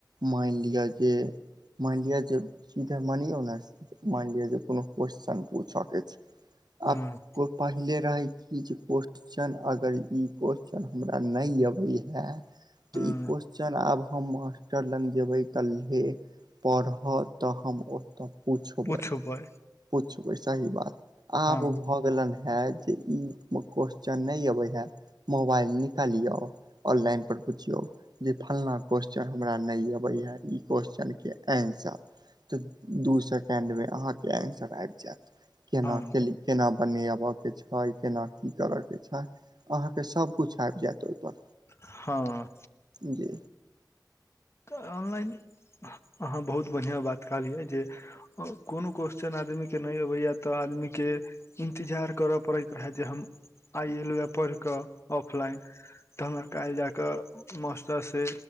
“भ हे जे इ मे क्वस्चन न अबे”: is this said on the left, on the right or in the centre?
Right